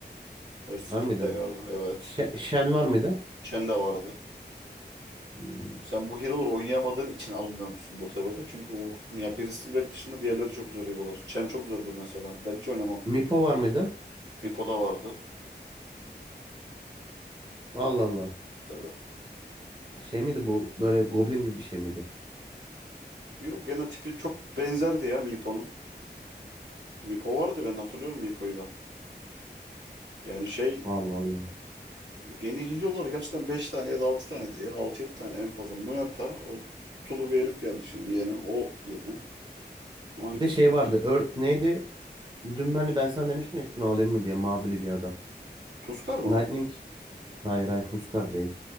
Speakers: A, on the right; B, on the right.
A: Earth Split
B: Var mıydı?
A: de vardı. Evet.
B: Ş- Shen var mıydı?
A: Chen de vardı.
B: Hmm.
A: Sen bu hero'ları oynayamadığın için alınmamışsın Dota birde? Çünkü o ya Bristol Beck dışında diğerleri çok zor hero'lar. Chen çok zordur mesela. Ben hiç oynamam.
B: Meepo var mıydı?
A: Meepo da vardı.
B: Allah Allah.
A: Tabii.
B: Şey miydi bu? Böyle goblin gibi bir şey miydi?
A: Yok gene tipi çok benzerdi ya Meepo'nun. Mipo vardı ben hatırlıyorum Mipo'yu da. Yani şey
B: Allah Allah.
A: yeni geliyorlar gerçekten 5 tane ya da 6 tanedir ya. 6 yedi tane en fazla. Muerta o tulu bir herif geldi şimdi yeni. O yeni. Monkey
B: Bir de şey
A: King.
B: vardı. Earth neydi? Dün hani ben sana demiştim ya şunu alayım mı diye mavili bir adam.
A: Tuskar mı?
B: Lightning. Hayır hayır Huskar değil.